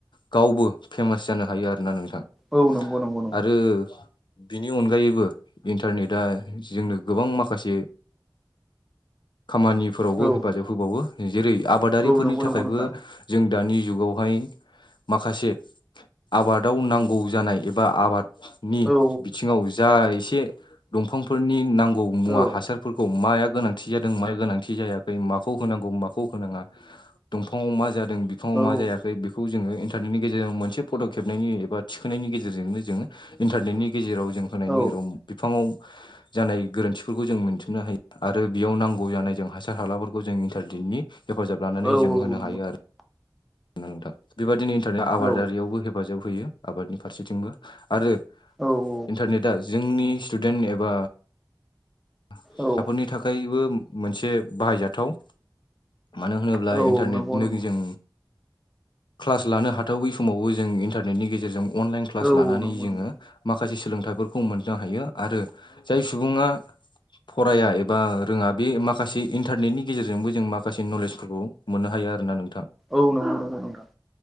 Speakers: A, on the left; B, in the centre.
A: गावबो फेमास जानो हायो आरोना नोंथाङा।
B: औ नंगौ नंगौ नोंथां
A: आरो बिनि अनगायैबो इन्टारनेट दा जोंनो गोबां माखासे खामानिफोरावबो
B: औ
A: हेफाजाब होबावो जेरै आबादारिफोरनि
B: औ नंगौ
A: थाखायबो
B: नंगौ नोंथां
A: जों दानि जुगावहाय माखासे आबादाव नांगौ जानाय एबा आबादनि
B: औ
A: बिथिङाव जा एसे दंफांफोरनि नांगौ मुवा
B: औ
A: हासारफोरखौ माया गोनांथि जादों माया गोनांथि जाया माखौ होनांगौ माखौ होनाङा दंफाङाव मा जादों दों बिफाङाव
B: औ
A: मा जायाखै बेखौ जोङो इन्टारनेटनि गेजेरजों मोनसे फट' खेबनायनि एबा थिखोनायनायनि गेजेरजोंनो जोङो इन्टारनेटनि गेजेराव जों होनायनि
B: औ
A: गेजेराव बिफाङाव जानाय गोरोन्थिफोरखौ जों मोनथिनो हायो आरो बेयाव नांगौ जानाय जों हासार हालाफोरखौ खौ जों इन्टारनेटनि हेफाजाब लानानै
B: औ
A: जों होनो
B: नंगौ
A: हायो आरो। नोंथां बेबादिनो इन्टारनेट आबादारियावबो
B: औ
A: हेफाजाब होयो आबादनि फारसेथिंबो आरो
B: औ
A: इन्टारनेटआ जोंनि स्टुडेन्ट एबा <unintelligible>
B: औ
A: फोरनि थाखायबो मोनसे बाहायजाथाव। मानो होनोब्ला
B: औ
A: इन्टारनेटनो
B: नंगौ नंगौ
A: जों क्लास लानो हाथावै समावबो जों इन्टारनेटनि गेजेरजों अनलाइन क्लास
B: औ
A: लानानै
B: औ नंगौ
A: जोङो
B: नंगौ
A: माखासे सोलोंथाइफोरखौ मोननो हायो आरो जाय सुबुङा फराया एबा रोङा बे माखासे इन्टारनेटनि गेजेरजोंबो जों मा खासे नलेजफोरखौ मोननो हायो आरो ना नोंथां।
B: औ नंगौ नोंथां।